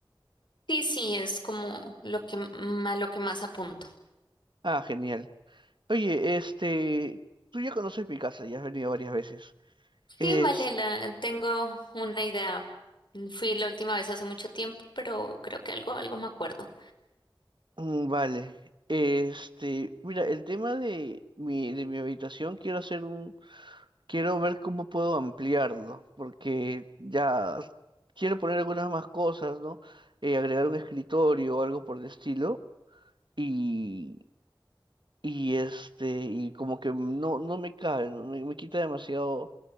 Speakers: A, on the left (about 65°); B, on the right (about 65°).
A: Sí, sí, es como lo que m- a lo que más apunto.
B: Ah, genial. Oye, este, tú ya conoces mi casa, ya has venido varias veces.
A: Sí,
B: Es,
A: vale, la, tengo una idea. Fui la última vez hace mucho tiempo, pero creo que algo, algo me acuerdo.
B: mm, vale, este, mira, el tema de mi, de mi habitación, quiero hacer un Quiero ver cómo puedo ampliarlo, porque ya quiero poner algunas más cosas, ¿no? Eh, agregar un escritorio o algo por el estilo. Y, y este, y como que no, no me cabe, ¿no? Me, me quita demasiado,